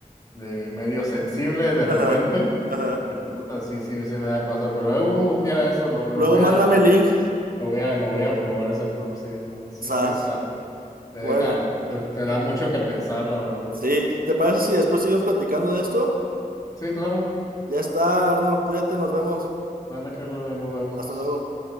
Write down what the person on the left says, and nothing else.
de medio sensible de repente.
Y que puta, sí, sí, sí me da cosa. Pero eh, un, un día de eso lo, lo
voy
a, lo
voy a, lo voy a probar ese prompt, sí, no, sí,
sí está. Te deja,
te te da mucho que pensar, la verdad.
Sí, claro.
Dale, Carlos, ahí nos vemos.